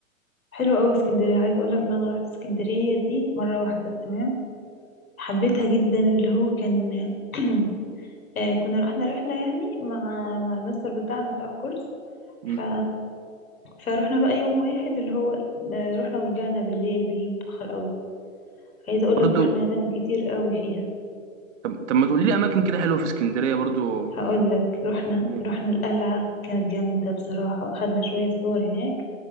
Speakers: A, on the left; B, on the right.
A: حلو قوي اسكندريه عايز اقول لك
B: مم.
A: ان انا رحت اسكندريه دي مره واحده تمام حبيتها
B: مم.
A: جدا اللي هو كان <clears throat> آه، كنا رحنا رحله يعني مع مع المستر بتاعنا بتاع الكورس
B: مم.
A: ف فروحنا بقى يوم واحد اللي هو آه، رحنا ورجعنا بالليل بالليل متاخر قوي عايزه اقول
B: برضو
A: لك رحنا اماكن كتير قوي فيها
B: طب طب ما تقولي لي اماكن كده حلوه في اسكندريه برضو
A: هقول لك رحنا
B: مم.
A: رحنا القلعه كانت جامده بصراحه اخدنا شويه صور هناك